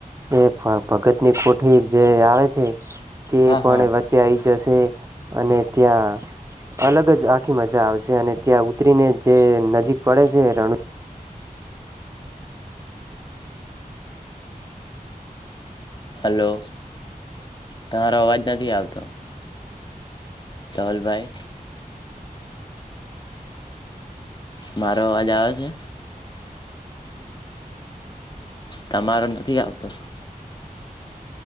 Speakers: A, on the right; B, on the left.
A: એ અ ભગત ની કોઠી જે આવે છે તે
B: હા
A: પણે
B: હા
A: વચ્ચે આયી જસે. અને ત્યાં અલગ જ આખી મજ જા આવશે અને ત્યાં ઉતરીને જે નજીક પડે છે રણું
B: હલો તારો અવાજ નથી આવતો ધવલભાઈ. મારો અવાજ આવે છે? તમારો નથી આવતો.